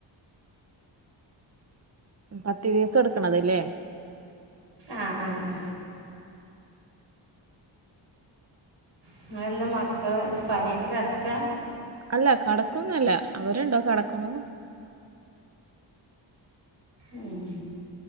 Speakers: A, on the right; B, on the right.
A: പത്ത് ദിവസം എടുക്കണത് ലേ
B: ആ ആ ആ നമ്മ എന്താ മക്കള് പനിയായിട്ട് കെടക്കാ
A: അല്ല കടക്കൊന്നല്ല അവരുണ്ടോ കെടക്കണു
B: ഉം